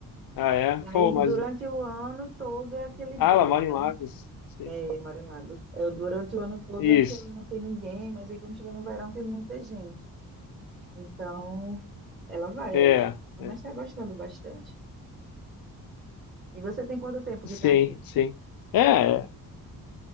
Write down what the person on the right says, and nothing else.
E aí,
durante o ano todo é aquele breu,
né?
É, mora em Lagos. É, durante o ano todo
é aquele não tem ninguém, mas aí quando chega no verão tem muita gente. Então, ela vai
aí, mas
está gostando bastante. E você tem quanto tempo
que está aqui?